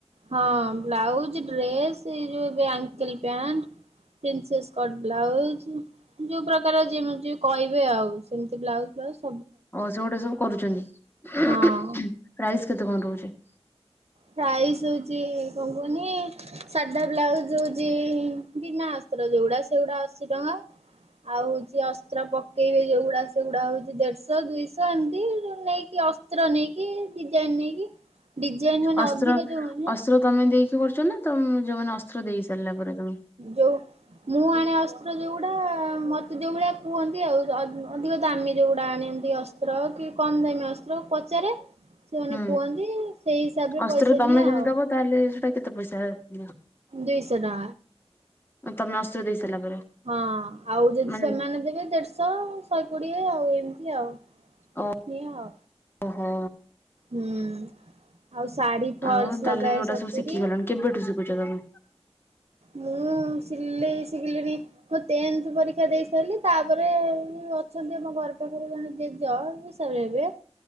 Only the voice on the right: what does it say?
ହଁ ବ୍ଲାଉଜ ଡ୍ରେସ ଏ ଯୋଉ ଏବେ ankle pant. Princess cut blouse. ଯୋଉ ପ୍ରକାର ଯେମିତି ଯିଏ କହିବେ ଆଉ ସେମିତି ବ୍ଲାଉଜ ଫ୍ଲାଉଜୁ।
ହଁ।
ପ୍ରାଇସ୍ ହଉଚି କଣ କୁହନି ସାଧା ବ୍ଲାଉଜ ହୋଉଚି ବିନା ଅସ୍ତ୍ର ଯୋଉଗୁଡା ସେଗୁଡା ଅଶୀ ଟଙ୍କା। ଆଉ ହଉଚି ଅସ୍ତ୍ର ପକେଇବେ ଯୋଉଗୁଡା ସେଗୁଡା ହୋ ଉଚି ଦେଢଶ ଦୁଇଶ ଏମିତି ନେଇକି ଅସ ଅସ୍ତ୍ର ନେଇକି ଡିଜାଇନ ନେଇକି ଡିଜାଇନ ମାନେ
ଅଧିକ ଯୋଉ ହୁଏ ନା।
ଯୋଉ ମୁଁ ଆଣେ ଅସ୍ତ୍ର ଯୋଉଗୁଡା ମତେ ଯୋଉ ଭଳିଆ କୁହନ୍ତି ଆଉ ଅଧିକ ଦାମୀ ଯଉଗୁଡା ଆଣନ୍ତି ଅସ୍ତ ଅସ୍ତ୍ର କି କମ ଦାମୀ ଅସ୍ତ୍ର ପଚାରେ। ଯୋଉ ମାନେ
କୁହନ୍ତି ସେଇ ହିସାବରେ
ପଇସା
ନିଏ
ଆଉ।
ଦୁଇଶ ଟଙ୍କା।
ହଁ ଆଉ ଯେଦି
ସେମାନେ ଦେବେ ଦେଢଶ ଶହେ କୋଡିଏ ଆଉ ଏମିତି ଆଉ।
ସେଇଆ ଆଉ
ହୁଁ। ଆଉ ଶାଢୀ ଫଲସ୍‌
ଲଗାଏ
ସତୁୁରୀ।
ମୁଁ ସିିଲେଇ ଶିଖିଲିଣି ମୁଁ ଟେନ୍ଥ ପରୀକ୍ଷା ଦେଇ ସାରିଲି ତାପରେ ଅଛନ୍ତି ଆମ ଘର ପାଖରେ ଜଣେ ଜେଜ ତାପରେ ଏବେ